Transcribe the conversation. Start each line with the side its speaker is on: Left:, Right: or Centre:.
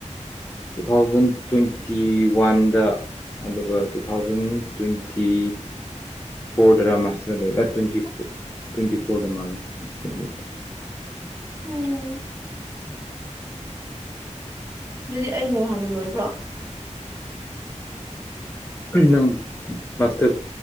Left: ꯇꯨ ꯊꯥꯎꯖꯟ ꯇ꯭ꯋꯦꯟꯇꯤ ꯋꯥꯟꯗ꯫ ꯑꯗꯨꯒ ꯇꯨ ꯊꯥꯎꯖꯟ ꯇ꯭ꯋꯦꯟꯇꯤ꯫ ꯐꯣꯔꯗꯔꯥ ꯃꯥꯁꯇ꯭ꯔ ꯂꯣꯏꯕ ꯇ꯭ꯋꯦꯟꯇꯤ ꯇ꯭ꯋꯦꯟꯇꯤ ꯐꯣꯔꯗ ꯃꯥꯜꯂꯦ ꯃꯥꯁꯇ꯭ꯔ ꯂꯣꯏꯕ
Right: ꯎꯝ꯫ ꯑꯗꯨꯗꯤ ꯑꯩꯅ ꯍꯥꯟꯅ ꯂꯣꯏꯕ꯭ꯔꯣ꯫
Left: ꯎꯝ ꯅꯪ ꯃꯥꯁꯇꯔ